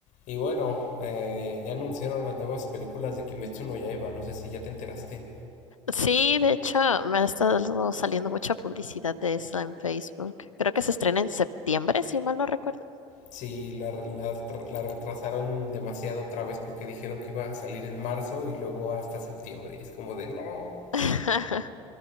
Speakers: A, on the left; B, on the left.
A: Y bueno, eh, ya anunciaron las nuevas películas de Kimetsu no Yaiba, no sé si ya te enteraste.
B: Sí, de hecho, me ha estado saliendo mucha publicidad de eso en Facebook. Creo que se estrena en septiembre, si mal no recuerdo.
A: Si la, la, la retrasaron demasiado otra vez porque dijeron que iba a salir en marzo y luego hasta septiembre. Y es como de no.
B: <laughs>